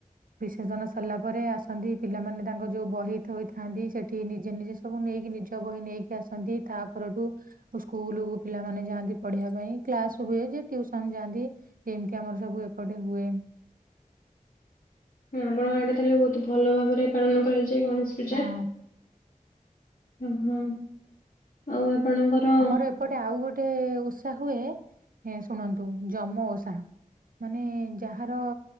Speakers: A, on the right; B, on the left.
A: ବିସର୍ଜନ ସରିଲା ପରେ ଆସନ୍ତି ପିଲାମାନେ ତାଙ୍କ ଯୋଉ ବହି ଥୋଇଥାନ୍ତି ସେଠି ନିଜେ ନିଜେ ସବୁ ନେଇକି ନିଜ ବହି ନେଇକି ଆସନ୍ତି ତା ପରଠୁ ସ୍କୁଲ କୁ ପିଲାମାନେ ଯାଆନ୍ତି ପଢିବା ପାଇଁ କ୍ଲାସ ହୁଏ ଯେ ଟିଉ ସନ ଯାଆନ୍ତି ଏମିତି ଆମର ସବୁ ଏପଟେ ହୁଏ।
B: ଆମ ଆଡେ ତାହେଲେ ବହୁତ ଭଲ ଭାବରେ ପାଳନ କରାଯାଏ ଗଣେଶ ପୂଜା।
A: ହଁ
B: ଓହୋ ଆଉ ଆପଣଙ୍କର।
A: ଆମର ଏପଟେ ଆଉ ଗୋଟେ ଓଷା ହୁଏ ଶୁଣନ୍ତୁ ଯମ ଓଷା। ମାନେ ଯାହାର